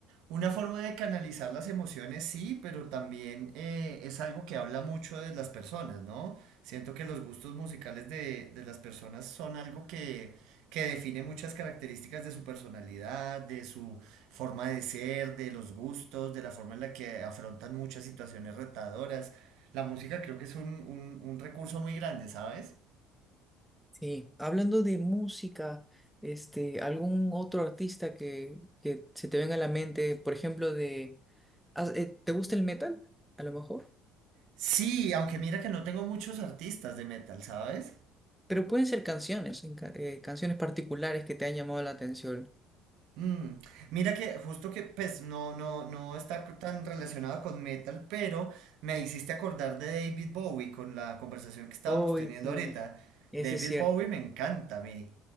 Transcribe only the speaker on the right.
una forma de canalizar las emociones, sí, pero también eh, es algo que habla mucho de las personas, ¿no? Siento que los gustos musicales de, de las personas son algo que, que define muchas características de su personalidad, de su forma de ser, de los gustos, de la forma en la que afrontan muchas situaciones retadoras. La música creo que es un, un un recurso muy grande, ¿sabes?
Sí, aunque mira que no tengo muchos artistas de metal, ¿sabes?
Mm, Mira que justo que pues no, no, no está tan relacionado con metal, pero me hiciste acordar de David Bowie con la conversación que estábamos
teniendo
ahorita.
David
Bowie me encanta a mí.